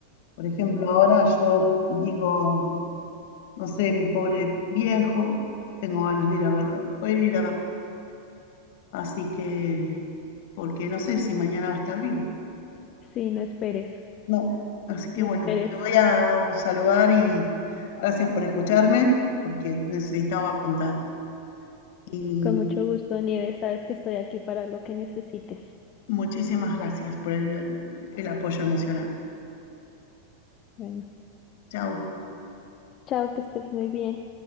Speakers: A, on the left; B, on the left.
A: por ejemplo, ahora yo digo, no sé, mi pobre viejo, tengo ganas de ir a verlo, voy a ir a verlo. Así que porque no sé si mañana va a estar vivo.
B: Sí, no esperes,
A: No. Así que
B: no
A: bueno,
B: esperes.
A: te voy a saludar y gracias por escucharme, porque necesitaba contarlo. Y
B: Con mucho gusto, Nieves, sabes que estoy aquí para lo que necesites.
A: muchísimas gracias por el, el apoyo emocional.
B: Bueno,
A: Chao.
B: chao, que estés muy bien.